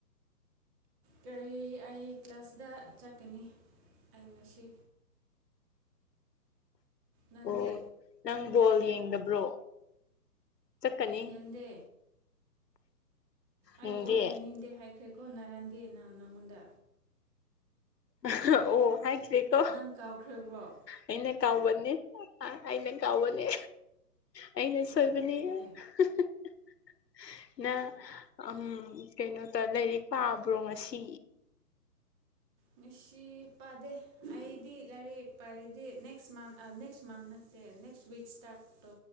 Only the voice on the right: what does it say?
ꯀꯔꯤ ꯑꯩ ꯀ꯭ꯂꯥꯁꯇ ꯆꯠꯀꯅꯤ ꯑꯩ ꯉꯁꯤ ꯅꯪꯗꯤ
ꯌꯦꯟꯗꯦ ꯑꯩ
ꯕꯣꯜ ꯌꯦꯡꯅꯤꯡꯗꯦ ꯍꯥꯏꯈ꯭ꯔꯦꯀꯣ ꯅꯅꯥꯔꯥꯟꯗꯤꯅ ꯅꯪꯉꯣꯟꯗ
ꯅꯪ ꯀꯥꯎꯈ꯭ꯔꯕ꯭ꯔꯣ
ꯍꯣꯏ
ꯑꯗꯨꯅꯦ
ꯉꯁꯤ ꯄꯥꯗꯦ ꯑꯩꯗꯤ ꯂꯥꯏꯔꯤꯛ ꯄꯥꯔꯗꯤ ꯅꯦꯛꯁ ꯃꯥꯟ ꯅꯦꯛꯁ ꯃꯥꯟ ꯅ ꯇꯦ ꯅꯦꯛꯁ ꯋꯤꯛ ꯁꯇꯥꯥꯔ ꯇꯦ